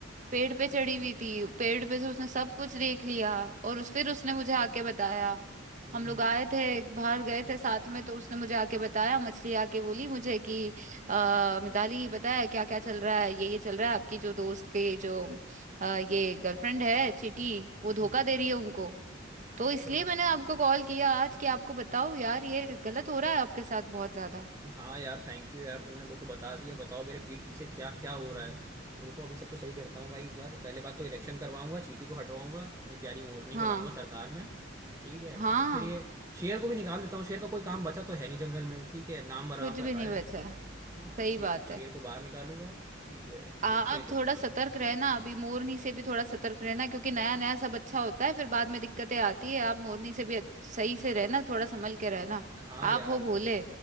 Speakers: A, on the right (about 40°); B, on the right (about 15°).
A: पेड़ पे चढ़ी हुई थी पेड़ पे से उसने सब कुछ देख लिया और उस फिर उसने मुझे आके बताया
B: हम्म
A: हम लोग आए थे बाहर गए थे साथ में तो उसने मुझे आके बताया मछली आके बोली मुझे कि आ, मिताली पता है क्या क्या चल रहा है ये ये चल रहा है आपकी जो दोस्त के जो आ, ये गर्लफ्रेंड है चीटी वो धोखा
B: हुँ,
A: दे रही है उनको तो
B: अच्छा।
A: इसलिए मैंने आपको कॉल किया आज कि आपको बताओ यार ये गलत हो रहा है आपके साथ बहुत ज्यादा
B: हाँ यार, थैंक यू यार, तुमने मेरे को बता दिया। बताओ मेरे पीठ पीछे क्या-क्या हो रहा है। रुको अभी सबको सही करता हूँ भाई इस बार। पहले बात तो इलेक्शन करवाऊँगा, चींटी को हटवाऊँगा, अपनी प्यारी मोरनी
A: हाँ
B: को लाऊँगा सरकार में, ठीक है?
A: हाँ
B: और फिर ये शेर को भी निकाल देता हूँ, शेर का कोई काम बचा तो है नहीं जंगल में, ठीक है? नाम बदनाम
A: कुछ
B: कर
A: भी
B: रहा
A: नहीं
B: है,
A: बचा है
B: है ना?
A: सही
B: शे
A: बात है
B: शेर को बाहर निकालूँगा, ठीक है?
A: आप
B: देखते हैं कुछ
A: थोड़ा सतर्क रहना अभी मोरनी से भी थोड़ा सतर्क रहना क्योंकि नया नया सब अच्छा होता है फिर बाद में दिक्कतें आती है आप मोरनी से भी अच्छ- सही से रहना थोड़ा संभल के रहना
B: हाँ यार,
A: आप हो भोले